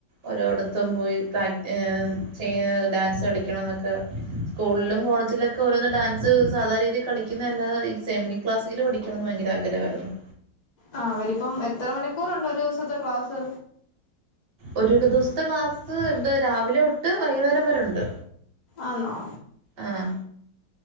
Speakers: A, on the right; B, on the left.
A: ഓരോട്ത്തും പോയി പ്രാക് ഏഹ് ചെയ്യെ ഡാൻസ് കളിക്കണോന്നൊക്കെ സ്കൂള്ലും കോളജിലെ
B: എന്നിട്ട്
A: ക്കെ ഓരോരോ ഡാൻസ് സാധാ രീതി കളിക്ക്യിന്ന അല്ലാതെ ഈ സെമി ക്ലാസിക്കല് പഠിക്കണെന്ന് ഭയങ്കര ആഗ്രഹവാരുന്നു
B: ആഹ് അവരിപ്പം എത്രെ മണിക്കൂറ്ണ്ട് ഒരു ദിവസത്തെ ക്ലാസ്
A: ഒരൂക്ക് ദിവസത്തെ ക്ലാസ്സ് <unintelligible> രാവിലെത്തൊട്ട് വൈന്നേരം വരെ ഒണ്ട്
B: ആന്നോ
A: ആഹ്